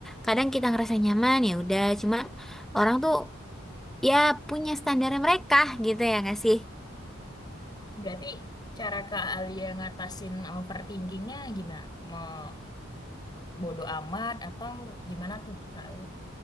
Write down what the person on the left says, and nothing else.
Berarti cara Kak Alia ngatasin overthinkingnya gimana? Mau bodo amat atau gimana tuh Kak Alia?